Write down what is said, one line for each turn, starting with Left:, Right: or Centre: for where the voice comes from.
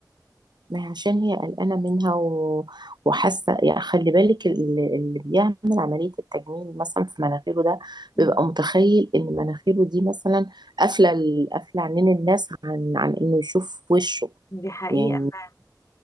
Right: ما هي عشان هي قلقانة منها و... وحاسة يعني خلي بالك ال- اللي بيعمل عملية التجميل مثلا في مناخيره ده
Left: مم.
Right: بيبقى متخيل إن مناخيره دي مثلا قافلة ال- قافلة عنين الناس عن عن إنه يشوف وشه
Left: دي حقيقة
Right: يعني
Left: فعلا